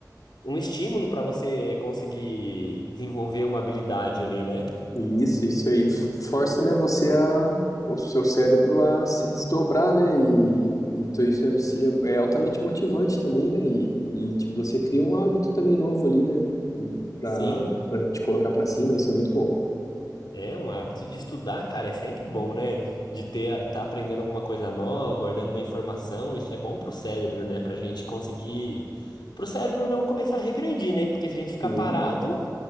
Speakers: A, on the left; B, on the left.
A: um estímulo para você conseguir desenvolver uma habilidade ali, né?
B: E isso, isso aí f- força, né, você a, o seu cérebro a se desdobrar, né? E, e tu- isso é, se- é altamente motivante também, né? E, e tipo, você cria um hábito também novo ali, né? Pra,
A: Sim,
B: pra te colocar pra cima, isso é muito bom.
A: é um hábito de estudar, cara, é sempre bom, né? De ter, tá aprendendo alguma coisa nova, guardando uma informação, isso é bom pro cérebro, né? Pra gente conseguir, pro cérebro não começar a regredir, né? Porque se a gente ficar
B: E,
A: parado